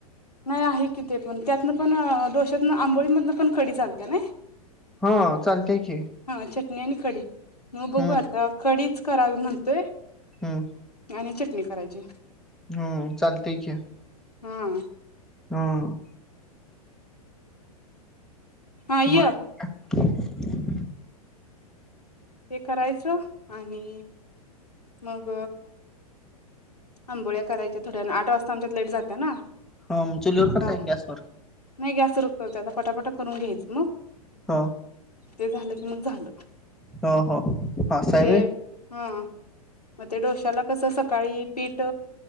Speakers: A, on the left (about 80°); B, in the centre.
A: नाही आहे कि ते पण त्यातनं पण डोश्यातनं आंबोळीमधनं पण कडी चालते नय.
B: हा चालतेय की..
A: हा चटणी आणि कडी म बघू
B: हम्म
A: आता कडीच करावी म्हणतोय.
B: हम्म.
A: आणि चटणी करायची.
B: हम्म चालते कीय.
A: हां.
B: हां.
A: हा य
B: म. <inaudible>
A: ते करायचं आणि मग आंबोळ्या कराच्या थोड्याने आठ वाजता आमच्यात लाईट जाते ना.
B: हा मंग चुलीवर
A: आता
B: करताय की गॅसवर?
A: नाही गॅस वर करते आता फटाफट करून घ्यायचं मग
B: हो
A: ते झालं की मग झालं
B: हो हो हा
A: म
B: साहेब
A: ते हा म ते डोश्याला कसं सकाळी पीठ